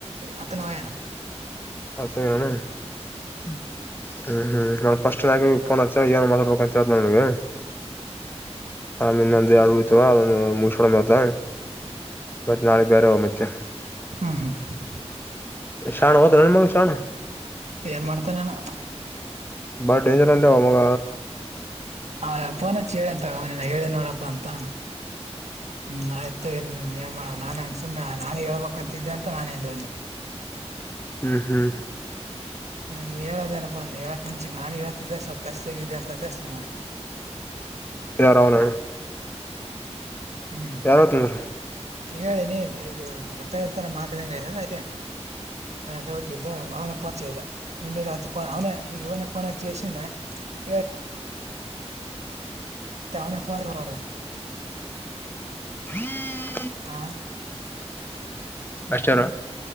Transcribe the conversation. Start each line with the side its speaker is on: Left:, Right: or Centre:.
Right: ಅತ್ತನ ವಯಾನ.
Left: ಅತ್ತಣ ಹ್ಮ್ ಹ್ಮ್
Right: ಹ್ಮ್
Left: ನಾ ಫಸ್ಟ್ ಆಕ್ ಫೋನ್ ಹಚ್ಚ ಏನ ಮಾಡತಡ್ಬೇಕಂತ ಹೇಳ ನನ್ಗೆ. ಆಮೇನ್ ನಂದು ಎರಡು ಉಡತವಾ ಅದ ಮುಚ್ಕಡ ಮತ ಮತ್ ನಾಳೆ ಬ್ಯಾರೆ ಒನ್ ಮತ್ತೆ.
Right: ಹು ಹು ಹು.
Left: ಶಾಣ ಹೋದ್ರ ನಿನ್ ಮಗ ಶಾಣ
Right: ಏನ್ ಮಾಡ್ತಾನೆನ.
Left: ಬಾ ಡೇಂಜರ್ ಅಂಡೇ ಮಾಮಗ.
Right: ಹಾ ಫೋನ್ ಹಚ್ಚಿ ಹೇಳಿ ಅಂತ ತಗವನ ಹೇಳಿ ನೋಡಪ್ಪ ಅಂತ. ಹ್ಮ್ ಆಯ್ತ ಹೇ ಮಾಡೋಣ ನಾನೇ ಅನ್ ಸುಮ್ನೆ ನಾನೇ ಹೇಳ್ಬೇಕಕ್ಂತಿದ್ದೆ ಅಂತ ನಾನೇ ಅಂದೇವನಿ
Left: ಹ್ಮ್ ಹ್ಮ್
Right: ನೀವು ಹೇಳೋದೇನಪ್ಪ ನಾನು ಹೇಳಕ್ಕೆ ನಿಮಷ ನಾನು ಹೇಳತಿದ್ದೆ ಸ್ವಲ್ಪ ಕೆಲಸ ಹೇಗಿದ್ದೆ ಅಂತಂದೆ ಅ ಸು ನಾನ
Left: ಯಾರ ಅವನ
Right: ಹ್ಮ್
Left: ಯಾರ ತಂದ್ರ
Right: ಹೇಳಳ ನೀ ಈಗ ಹತ್ತ ಇರ್ ತರ ಮಾತಾಂಗೆಕೆ ಡೌಟ್ ಇದದೆ ಅವನ ಪರಿಚೆ ಇದೆ ನಿನ್ನೆ ರಾತ್ರಿ ಪೋನ್ ಅವನ ಈಗ ಇವನ ಫೋನ್ ಜಸಂದೆ ಈ ಾವನಫೋನ್ ತರ್ದ
Left: ಹ್ಮ್
Right: ಆ
Left: ಅಷ್ಟಾರ